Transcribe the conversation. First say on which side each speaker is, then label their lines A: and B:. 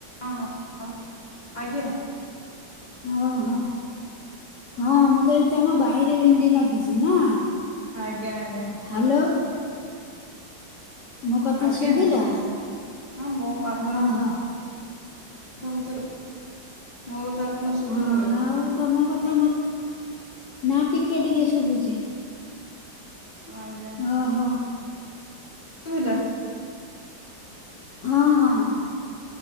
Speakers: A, on the left (about 30°); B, on the left (about 85°).
A: ହଁ, ହଁ ଆଜ୍ଞା!
B: ଓଃ ହଁ, ହଁ, ମୁଁ କହିଲି ତମ ବାଇରେ ଭେଣ୍ଡି ଲାଗିଛି ନା?
A: ଆଜ୍ଞା! ଆଜ୍ଞା।
B: ହ୍ୟାଲୋ। ମୋ କଥା
A: ଆଜ୍ଞା!
B: ଶୁଭିଲା
A: ହଁ, ମୁଁ ଆପଣଙ୍କୁ
B: ଓହୋ
A: ତମେସୁ ମୋ କଥା ଆପଣଙ୍କୁ ଶୁଭୁନି
B: ହଁ
A: ବୋଧେ?
B: ଆଉ ତମ କଥା ମତେ। ନା ଟିକେ ଟିକେ ଶୁଭୁଛି।
A: ଆଜ୍ଞା।
B: ଓହୋ
A: କ ହେଲା <inaudible>
B: ହଁ, ହଁ।